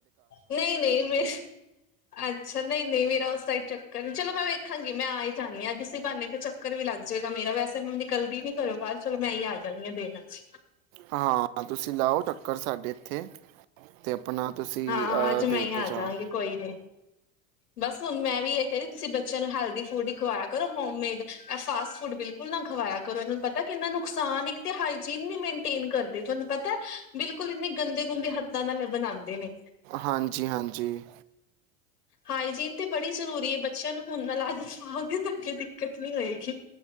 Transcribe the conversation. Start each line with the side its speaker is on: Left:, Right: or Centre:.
Left: ਨਹੀਂ, ਨਹੀਂ ਮੇ, ਅੱਛਾ ਨਹੀਂ, ਨਹੀਂ ਮੇਰਾ ਉਸ ਟਾਇਮ ਚੱਕਰ ਚਲੋ ਮੈਂ ਵੇਖ ਖਾਂਗੀ ਮੈਂ ਆ ਈ ਜਾਨੀ ਆ। ਇਸੀ ਬਾਨੇ ਫੇਰ ਚੱਕਰ ਵੀ ਲੱਗ ਚਲੋ ਮੇਰਾ ਵੈਸੇ ਹੁਨ ਨਿਕਲਦੀ ਨੀ ਘਰੋਂ ਬਾਹਰ ਚਲੋ ਮੈਂ ਈ ਆ ਜਾਂਨੀ ਆ ਦੇਣ ਅੱਜ।
Right: ਹਾਂ ਤੁਸੀਂ ਲਾਓ ਟੱਕਰ ਸਾਡੇ ਇੱਥੇ ਤੇ ਆਪਨਾ ਤੁਸੀਂ। ਅਹ,
Left: ਹਾਂ, ਅੱਜ
Right: ਦੇ
Left: ਮੈਂ ਈ
Right: ਕੇ
Left: ਆ
Right: ਜਾਓ
Left: ਜਾਂਗੀ ਕੋਈ ਨੀ। ਬਸ ਹੁਨ ਮੈਂ ਵੀ ਇਹ ਕਹਿ ਰੀ ਤੁਸੀਂ ਬੱਚਿਆਂ ਨੂੰ ਹੈਲਦੀ ਫੂਡ ਹੀ ਖਵਾਇਆ ਕਰੋ ਹੋਮ ਮੇਡ। ਇਹ ਫਾਸਟ ਫੂਡ ਬਿਲਕੁਲ ਨਾ ਖਵਾਆ ਕਰੋ ਇਹਨਾਂ ਨੂੰ ਪਤਾ ਕਿਹਨਾਂ ਨੂੰ ਨੁਕਸਾਨ ਇੱਕ ਤੇ ਹਾਈਜੀਨ ਨੀ ਮੇਨਟੇਨ ਕਰਦੇ ਤੁਹਾਨੂੰ ਪਤਾਏ। ਬਿਲਕੁਲ ਇੰਨੇ ਗੰਦੇ ਗੂੰਦੇ ਹੱਥਾਂ ਨਾਲ ਏ ਬਨਾਂਦੇ ਨੇ।
Right: ਹਾਂਜੀ ਹਾਂਜੀ
Left: ਹਾਈਜੀਨ ਤੇ ਬੜੀ ਜ਼ਰੂਰੀ ਏ। ਬੱਚਿਆਂ ਨੂੰ ਹੁਣ ਨਾਲ ਆਦਤ ਪਾਓਗੇ ਤਾਂ ਅੱਗੇ ਦਿੱਕਤ ਨਹੀਂ ਹੋਏਗੀ।